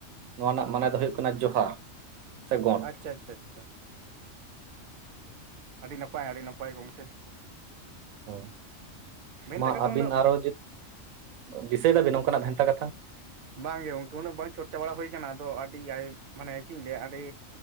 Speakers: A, on the right (about 85°); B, on the right (about 55°).
A: ᱱᱚᱣᱟ ᱨᱮᱱᱟᱜ ᱢᱟᱱᱮ ᱫᱚ ᱦᱩᱭᱩᱜ ᱠᱟᱱᱟ ᱡᱚᱦᱟᱨ ᱥᱮ ᱜᱚᱸᱰ
B: ᱟᱪᱪᱷᱟ ᱟᱪᱪᱷᱟ ᱟᱪᱪᱷᱟ ᱟᱹᱰᱤ ᱱᱟᱯᱟᱭ ᱟᱹᱰᱤ ᱱᱟᱯᱟᱭ ᱜᱚᱢᱠᱮ
A: ᱦᱳᱭ
B: ᱵᱷᱮᱱᱛᱟ
A: ᱢᱟ
B: ᱠᱟᱛᱷᱟ
A: ᱟᱹᱵᱤᱱ
B: ᱩᱱᱟᱹᱜ
A: ᱟᱨᱚ ᱫᱤᱥᱟᱹᱭ ᱫᱟᱹᱵᱤᱱ ᱚᱱᱠᱟᱱᱟᱜ ᱵᱷᱮᱱᱛᱟ ᱠᱟᱛᱷᱟ
B: ᱵᱟᱝᱜᱮ ᱜᱚᱢᱠᱮ ᱩᱱᱟᱹᱜ ᱵᱟᱝ ᱪᱚᱨᱪᱟ ᱵᱟᱲᱟ ᱦᱩᱭ ᱟᱠᱟᱱᱟ ᱟᱫᱚ ᱟᱹᱰᱤ ᱟᱭ ᱢᱟᱱᱮ ᱪᱮᱫ ᱤᱧ ᱞᱟᱹᱭᱟ ᱟᱹᱰᱤ